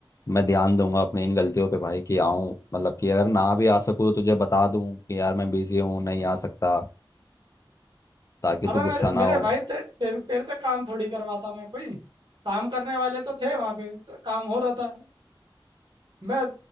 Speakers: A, on the left; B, on the right.
A: मैं ध्यान दूंगा अपनी इन गलतियों पे भाई कि आऊं मतलब कि अगर ना भी आ सकूं तो तुझे बता दूं कि यार मैं बिजी हूँ नहीं आ सकता ताकि
B: अबे
A: तू गुस्सा
B: मेरे मेरे
A: ना हो
B: भाई ते, तेरे तेरे से काम थोड़ी करवाता मैं कोई काम करने वाले तो थे वहां पे स- काम हो रहा था मैं